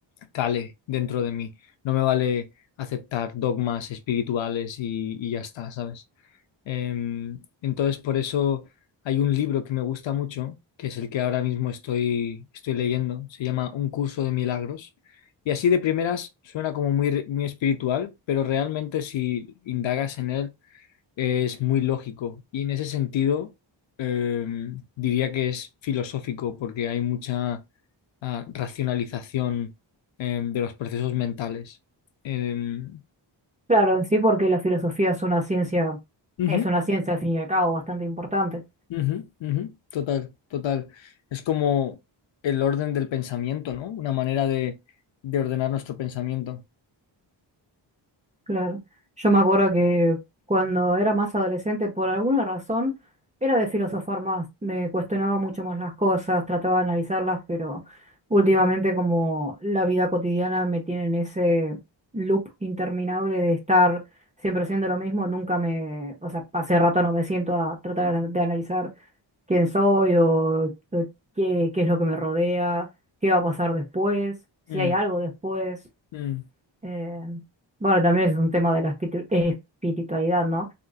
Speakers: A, on the left; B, on the right.
A: cale dentro de mí. No me vale aceptar dogmas espirituales y, y ya está, ¿sabes? Em, entonces, por eso hay un libro que me gusta mucho, que es el que ahora mismo estoy, estoy leyendo. Se llama Un curso de milagros. Y así de primeras suena como muy, re- muy espiritual, pero realmente si indagas en él es muy lógico. Y en ese sentido, em, diría que es filosófico porque hay mucha ah, racionalización em, de los procesos mentales. Em,
B: Claro, en sí, porque la filosofía es una ciencia,
A: Ujú.
B: es una ciencia al fin y al cabo bastante importante.
A: Ujú, ujú, Total, total. Es como el orden del pensamiento, ¿no? Una manera de, de ordenar nuestro pensamiento.
B: Claro. Yo me acuerdo que cuando era más adolescente, por alguna razón, era de filosofar más, me cuestionaba mucho más las cosas, trataba de analizarlas, pero últimamente como la vida cotidiana me tiene en ese loop interminable de estar siempre haciendo lo mismo, nunca me, o sea, hace rato no me siento a tratar de analizar quién soy o, o qué, qué es lo que me rodea, qué va a pasar después, si
A: Mm,
B: hay algo después.
A: mm,
B: Eh, bueno, también es un tema de la espiritu- eh, espiritualidad, ¿no?